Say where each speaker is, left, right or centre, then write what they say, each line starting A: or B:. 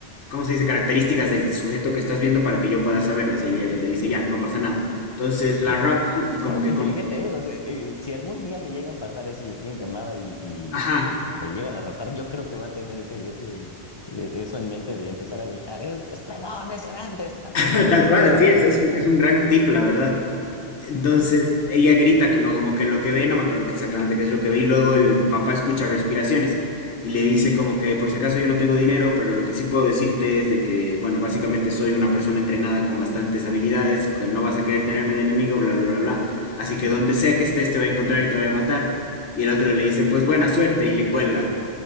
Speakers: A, on the left; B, on the left.
A: ¿cómo se dice? Características del sujeto que estás viendo para que yo pueda saberlas. Y le, le dice, ya, no pasa nada. Entonces la
B: ok.
A: raptan y como
B: Oh,
A: que
B: inteligente,
A: con...
B: ¿eh? O sea, eh, si algún día me llegan a pasar eso y estoy en llamada y, y,
A: Ajá,
B: este, me llegan a ratar, yo creo que voy a tener ese, ese, eh, eso en mente de empezar a gritar, es, es pelón, es grande, está prieto,
A: <laughs> Tal
B: no sé,
A: cual,
B: cosas
A: sí, es,
B: así.
A: es un, es un gran tip, la verdad. Entonces,
B: Ujú.
A: ella grita, no, como que lo que ve, no me acuerdo exactamente qué es lo que ve, y luego el papá escucha respiraciones y le dice como que por si acaso yo no tengo dinero, pero lo que sí puedo decirte es de que, bueno, básicamente soy una persona entrenada con bastantes habilidades, que no vas a querer tenerme de enemigo, bla, bla, bla, bla. Así que donde sea que estés te voy a encontrar y te voy a matar. Y el otro le dice, pues buena suerte, y le cuelga.